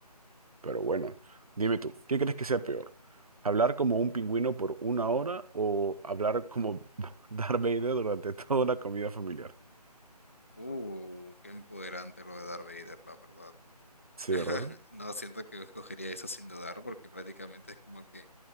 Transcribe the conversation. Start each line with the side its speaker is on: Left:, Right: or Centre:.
Right: pero bueno, dime tú, ¿qué crees que sea peor? ¿Hablar como un pingüino por una hora o hablar como <laughs> Darth Vader durante toda una comida familiar?
Left: Uh, qué empoderante lo de Darth Vader, la verdad.
Right: Sí,
Left: <laughs>
Right: ¿verdad?
Left: No, siento que escogería eso sin dudar, porque prácticamente es como que